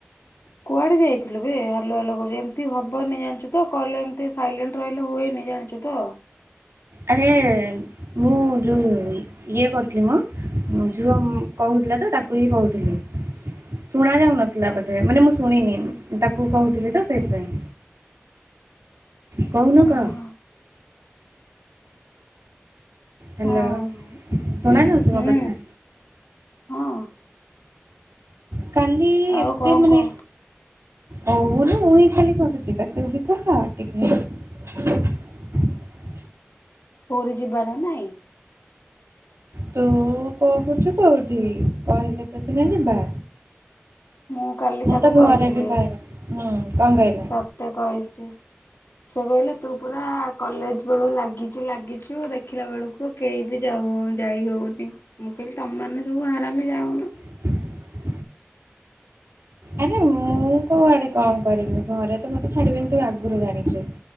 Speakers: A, on the left; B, on the right.
A: କୁଆଡେ ଯାଇଥିଲୁ ବେ ହଲୋ ହାଲୋ କହୁଚି ଏମିତି ହବନି ଜାଣିଚୁ ତ କଲେ ଏମତି ସାଇଲେଣ୍ଟ ରହିଲେ ହୁଏନି। ଜାଣିଚୁତ?
B: ଆରେ ମୁଁ ଯୋଉ ଇଏ କରୁଥିଲି ମ ଝୁଅ କହୁ ଥିଲା ତ ତାକୁ ହିଁ କହୁଥିଲି। ଶୁଣା ଯାଉ ନଥିଲା ବୋଧେ ମାନେ ମୁଁ ଶୁଣିନି ତାକୁ କହୁଥିଲି ତ ସେଇଥିପାଇଁ। କହୁନୁ
A: ଓହୋ
B: କହ। ହାଲୋ
A: ହଁ
B: ଶୁଣ ଯାଉଚି
A: ହୁଁ
B: ମୋ କଥା?
A: ହଁ
B: କାଲି
A: ଆଉ
B: ଏତେ
A: କଣ
B: ମାନେ
A: କହ
B: ଓ ମାନେ ମୁଇ ଖାଲି କହୁଚି ତୁ ବିତ କହ ଟିକେ। <inaudible>
A: ପୁରୀ ଜିବାର ନାହିଁ।
B: ତୁ କହୁଚୁ କୋଉଠି କହିଲେ ତ ସିନା ଯିବା।
A: ମୁଁ କାଲି ତାକୁ
B: ତ
A: କହିଥିଲି।
B: ଘରେ ବି କହିନି ହୁଁ କଣ କହିଲେ
A: ତତେ କହିଚି ସେ କହିଲେ ତୁ ପୁରା କଲେଜ ବଳୁ ଲାଗିଚୂ ଲାଗିଚୁ ଦେଖିଲା ବେଳକୁ କେହି ବି ଯାଉ ଯାଇ ହଉନି। ମୁଁ କହିଲି ତମ ମାନେ ସବୁ ହାରମି ଯାଉନ।
B: <inaudible> ଆରେ ମୁଁ କୋଉଆଡେ କଣ କରିବି ଘରେ ତ ମତେ ଛାଡିବେନି ତୁ ଆଗରୁ ଜାଣିଚୁ।